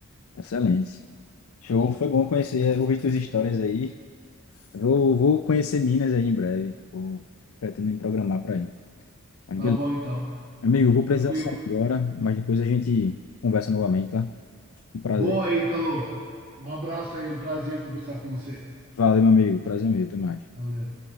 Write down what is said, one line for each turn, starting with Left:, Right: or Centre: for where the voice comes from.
Left: Excelente. Show, foi bom conhecer, ouvir tuas histórias aí. Vou, vou conhecer Minas aí em breve. Vou, pretendo me programar para ir. Mas
Right: Tá
Left: beleza.
Right: bom então.
Left: Amigo, eu vou precisar
Right: Tranquilo.
Left: sair agora, mas depois a gente conversa novamente, tá? Um prazer.
Right: Boa aí, Italo. Um abraço aí, um prazer conversar com você.
Left: Valeu, meu amigo. Prazer meu. Até mais.
Right: Valeu.